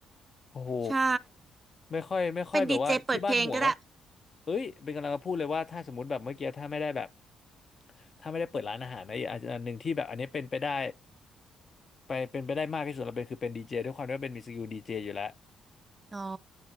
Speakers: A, on the left (about 40°); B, on the right (about 25°).
A: โอ้โห
B: ใช่
A: ไม่ค่อยไม่ค่อยแบบว่าที่บ้านห่วงวะ
B: เป็นดีเจเปิดเพลงก็ได้
A: เอ้ยเป็นกำลังจะพูดเลยว่าถ้าสมมติแบบเมื่อกี้ถ้าไม่ได้แบบถ้าไม่ได้เปิดร้านอาหารนะอกอันหนึ่งที่แบบอันนี้เป็นไปได้ไปเป็นไปได้มากที่สุดเราเป็นคือเป็นดีเจด้วยความที่ว่าเป็นมีสกิลดีเจอยู่แล้ว
B: <laughs> อ๋อ